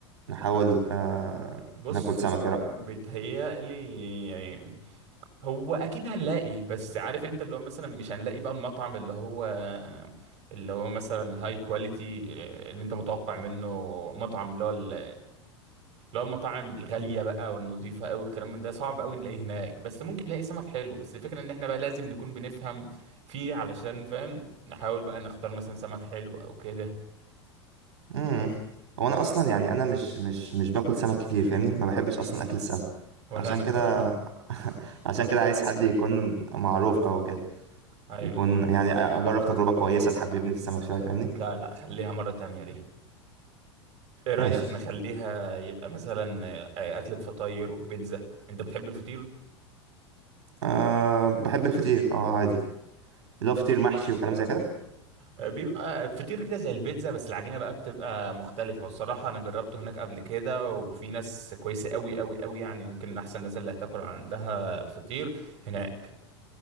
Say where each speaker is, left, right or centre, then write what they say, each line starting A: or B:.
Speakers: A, on the right; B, on the right.
A: نحاول آه
B: بص
A: ناكل سمك ايه رايك
B: بيتهيألي يعني هو أكيد هنلاقي بس عارف أنت اللي هو مثلا مش هنلاقي بقى المطعم اللي هو اللي هو مثلا هاي كواليتي اللي أنت متوقع منه مطعم اللي هو ال- اللي هو المطاعم الغالية بقى والنظيفة أوي الكلام من ده صعب أوي نلاقيه هناك بس ممكن نلاقي سمك حلو بس الفكرة إن إحنا بقى لازم نكون بنفهم فيه علشان فاهم نحاول بقى نختار مثلا سمك حلو أو كده
A: امم هو انا اصلا يعني انا مش مش مش باكل سمك كتير فاهمني ما بحبش
B: مم.
A: اصلا اكل السمك
B: ولا
A: فعشان
B: أنا
A: كده
B: <laughs>
A: <laughs> عشان كده عايز حد يكون معروف او كده
B: أيوه
A: يكون يعني اجرب تجربه كويسه تحببني في السمك شويه فاهمني
B: لا لا خليها مرة تانية دي ايه رأيك
A: ماشي
B: نخليها يبقى مثلا آه، أكلة فطاير وبيتزا انت بتحب الفطير
A: أه بحب الفطير اه عادي لا فطير محشي وكلام زي كده
B: آه، بيبقى فطير كده زي البيتزا بس العجينة بقى بتبقى مختلفة والصراحة انا جربته هناك قبل كده وفي ناس كويسة قوي قوي قوي يعني ممكن من احسن الناس اللي هتاكل عندها فطير هناك